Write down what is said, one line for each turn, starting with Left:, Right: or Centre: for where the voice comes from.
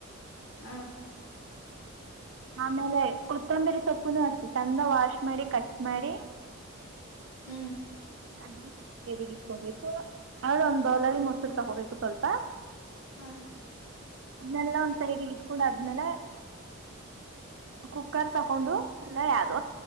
Left: ಹಾ
Right: ಆಮೇಲೆ ಕೊತ್ತಂಬರಿ ಸೊಪ್ಪುನು ಅಷ್ಟೆ ಚಂದ ವಾಶ್ ಮಾಡಿ ಕಟ್ ಮಾಡಿ
Left: ಹ್ಮ್
Right: ಅದ ಸ್ವಲ್ ಸೈಡಿಗೆ ಇಟ್ಕೊಬೇಕು ಆದ್ರೆ ಒಂದ್ ಬೌಲಲ್ಲಿ ಮೊಸರು ತಗೋಬೇಕು ಸ್ವಲ್ಪ
Left: ಹ
Right: ಅದನ್ನೆಲ್ಲ ಒಂದ್ ಸೈಡ್ಿಗೆ ಇಟ್ಕೊಂಡು ಅದ್ಮೇಲೆ ಕುಕ್ಕರ್ ತಗೊಂಡು ಎಲ್ಲ ಯಾ್ದು